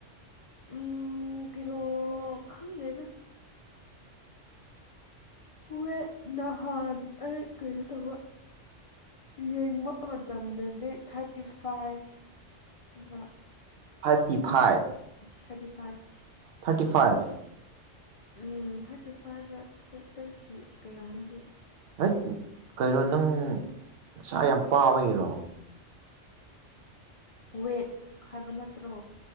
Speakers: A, on the left (about 65°); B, on the right (about 60°).
A: ꯎꯝ ꯀꯤꯂꯣ ꯈꯪꯗꯦꯗ ꯋꯦꯠ ꯅꯍꯥꯟ ꯑꯩ ꯀꯩꯅꯣ ꯇꯧꯕ ꯌꯦꯡꯕ ꯃꯇꯝꯗꯗꯤ ꯊꯥꯔꯇꯤ ꯐꯥꯏꯚ ꯒ
B: fifty five
A: thirty five
B: thirty five
A: ꯎꯝ ꯊꯥꯔꯇꯤ ꯐꯥꯏꯚ ꯔ ꯇꯋꯦꯟ ꯇ꯭ꯋꯦꯟꯇꯤ ꯀꯌꯥꯔꯗꯤ
B: ꯎꯝ ꯀꯩꯅꯣ ꯅꯪ ꯅꯁꯥ ꯌꯥꯝ ꯄꯥꯕꯒꯤꯔꯣ
A: ꯋꯦꯠ ꯍꯥꯏꯕ ꯅꯠꯇ꯭ꯔꯣ